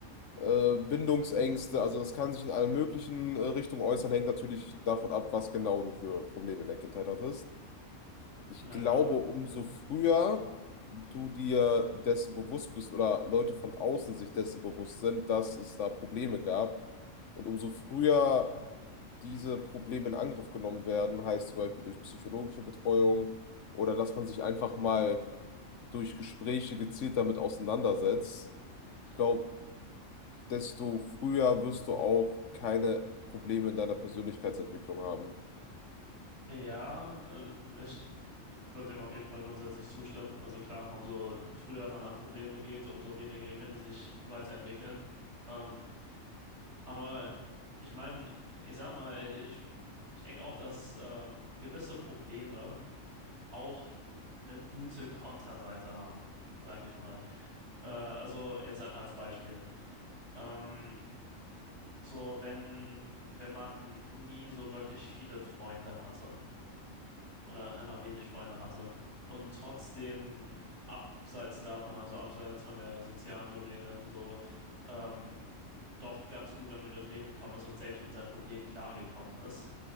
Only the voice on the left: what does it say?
äh, Bindungsängste, also das kann sich in allen möglichen äh, Richtungen äußern, hängt natürlich davon ab, was genau du für Probleme in der Kindheit hattest. Ich
glaube,
umso früher du dir dessen bewusst bist oder Leute von außen sich dessen bewusst sind, dass es da Probleme gab und umso früher diese Probleme in Angriff genommen werden, heißt zum Beispiel durch psychologische Betreuung oder dass man sich einfach mal durch Gespräche gezielt damit auseinandersetzt. Ich glaube, desto früher wirst du auch keine Probleme in deiner Persönlichkeitsentwicklung haben.